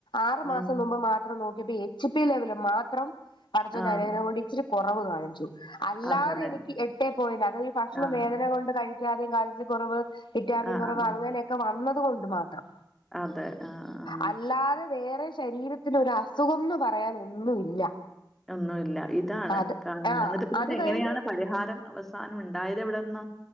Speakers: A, on the left; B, in the centre.
A: ആറു
B: ആഹ്
A: മാസം മുമ്പ് മാത്രം നോക്കിയപ്പോ എച്ച് പി ലെവൽ മാത്രം പഠച്ചോന്റനുഗ്രഹം
B: ആഹ്.
A: കൊണ്ട് ഇച്ചിരി കുറവ് കാണിച്ചു. അല്ലാതെനിക്ക്
B: അതേല്ലേ.
A: എട്ടേ പോയിന്റ് അത് ഈ ഭക്ഷണം
B: ആഹ്
A: വേദന കൊണ്ട് കഴിക്കാതെയും കാൽസ്യ കുറവ് വിറ്റാമിൻ
B: ആഹ്
A: കുറവ്
B: ആഹ്.
A: അങ്ങനെയൊക്കെ വന്നത് കൊണ്ട് മാത്രം
B: അതെ ആഹ് ആഹ്
A: അല്ലാതെ വേറെ ശരീരത്തിനൊരുസുഖന്ന് പറയാൻ ഒന്നുമില്ല
B: ഒന്നുമില്ല ഇതാണ്
A: അത് ആഹ്
B: എന്നിട്ട് പിന്നെ
A: അത്
B: എങ്ങനെയാണ്
A: കഴിഞ്ഞ്
B: പരിഹാരം അവസാനം ഉണ്ടായത് എവിടുന്ന